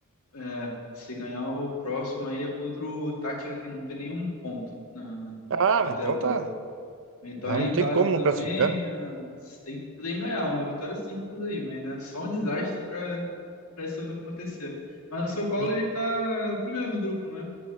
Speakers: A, on the left; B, on the right.
A: É, se ganhar o próximo aí é contra o Táchira, que não tem nenhum ponto na,
B: Ah,
A: até
B: então
A: agora.
B: tá.
A: Então
B: Ah,
A: é
B: não
A: em
B: tem
A: casa
B: como
A: também,
B: não classificar, né?
A: ah, você tem que tem que ganhar, uma vitória simples aí, mas né, só um desastre para para isso não acontecer. Mas o São Paulo
B: E
A: ele tá primeiro no grupo, né?